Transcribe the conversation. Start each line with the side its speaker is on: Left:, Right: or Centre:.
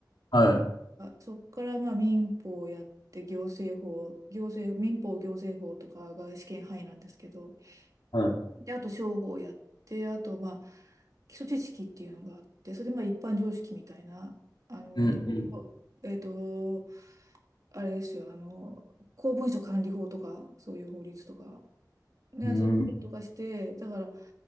Left: はい。
Right: そこからまあ民法をやって、行政法、行政、民法行政法とかが試験範囲なんですけど、
Left: はい。
Right: で、あと商法をやって、あとまあ基礎知識っていうのがあって、それでまあ一般常識みたいな、あの、
Left: うん、
Right: 情報えっと、
Left: うん、
Right: あれですよ、あの、公文書管理法とか、そういう法律とか、ね、
Left: うん。
Right: やつだったりとかして、だから、